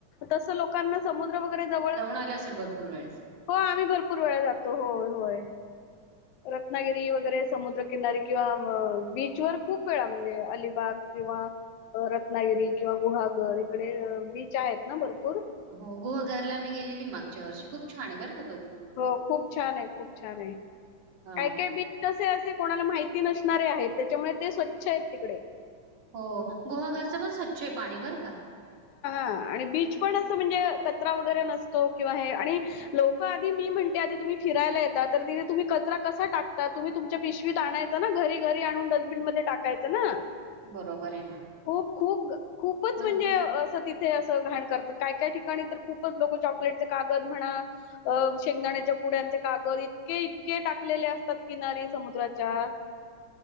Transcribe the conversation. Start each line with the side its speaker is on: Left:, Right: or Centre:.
Left: तसं लोकांना समुद्र वगैरे जवळ
Right: ल बर. पूर्वेळेस
Left: हो आम्ही भरपूर वेळा जातो होय होय. रत्नागिरी वगैरे समुद्रकिनारी किंवा बीचवर खूप वेळा म्हणजे अलिबाग किंवा रत्नागिरी किंवा गुहागर इकडे बीच आहेत ना भरपूर
Right: हो गोवा घरला मी गेलेली मागच्या वर्षी खूप छान वर्गतो
Left: हो खूप छान आहे खूप छान आहे
Right: अ
Left: काय काय बीट असे असे कोणाला माहिित नसणारे आहेत त्याच्यामुळे ते स्वच्छ आहेत तिकडे
Right: हो गुहागरचं पण स्वच्छ आहे पाणीवर का?
Left: ह आणि बीच पण असं म्हणजे कचरा वगैरे नसतो किंवा हे आणि लोक आधी म्हणते आधी तुम्ही फिरायला येतता तर तिे तुम्ही कचरा कसा टाकता तुम्ही तुमच्या पिशवीत आणाय. ना घरी घरी आणून डस्टबिन मध्ये टाकायचं ना.
Right: बरोबर आहे ना
Left: खूप खूप खूपच
Right: मग
Left: म्हणजे असं तिथे असं घाण करतात काय काय ठिकाणी तर खूपच लोक चॉकलेटचे कागद म्हणा. अ शेंगदाण्याच्या पुड्यांचे कागद इतके इतके टाकलेले असतात किनारी समुद्राच्या